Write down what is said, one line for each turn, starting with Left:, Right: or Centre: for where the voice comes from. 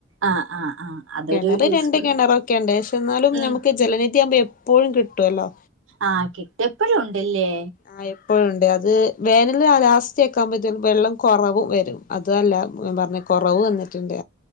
Right: ആഹ് ആഹ് ആഹ് അതൊരു
Left: കിണറ്
Right: യൂസ്ഫുൾ
Left: രണ്ട് കിണറൊക്കെ ഉണ്ട് പക്ഷെ എന്നാലും
Right: ഉം
Left: നമുക്ക് ജലനിധിയാവുമ്പോ എപ്പോഴും കിട്ടോല്ലോ
Right: ആഹ് കിട്ട എപ്പഴും ഉണ്ടെല്ലേ
Left: ആ എപ്പഴുണ്ട് അത് വേനൽ ലാസ്റ്റൊക്കെ ആവുപൊ ചെലപ്പ വെള്ളം കുറവ് വരും അതു അല്ല ഞാൻ പറഞ്ഞെ കുറവ് വന്നിട്ടുണ്ട്